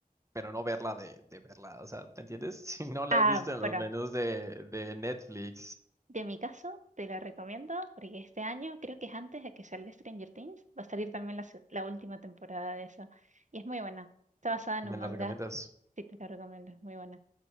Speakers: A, on the right; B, on the right.
A: pero no verla de, de verla, o sea, ¿te entiendes? <laughs> Si no la
B: Ah,
A: he visto
B: bueno,
A: en los menús de, de Netflix,
B: De mi caso, te la recomiendo porque este año, creo que es antes de que salga Stranger Things, va a salir también la, se- la última temporada de eso. Y es muy buena. Está basada en
A: ¿me
B: un manga.
A: la recomiendas?
B: Sí, te la recomiendo, es muy buena.